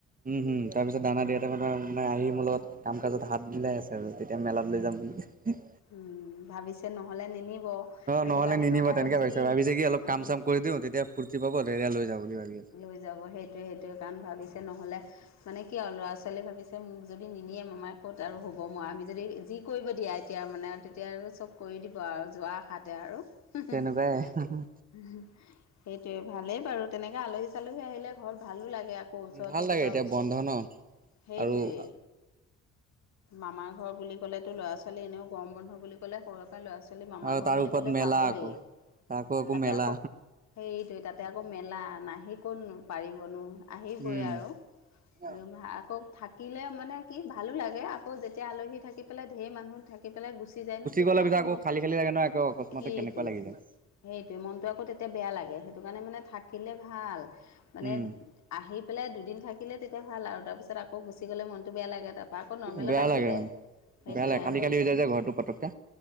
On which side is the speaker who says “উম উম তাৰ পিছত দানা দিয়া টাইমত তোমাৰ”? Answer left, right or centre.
Right